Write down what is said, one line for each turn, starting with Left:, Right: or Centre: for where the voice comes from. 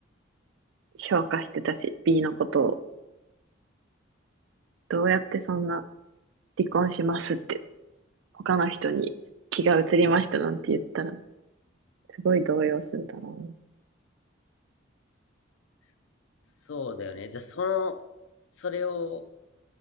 Right: 評価してたし、B のことを。どうやってそんな離婚しますって、他の人に気が移りましたなんて言ったら、すごい動揺するだろうね。
Left: そそうだよね。じゃあ、その、それを、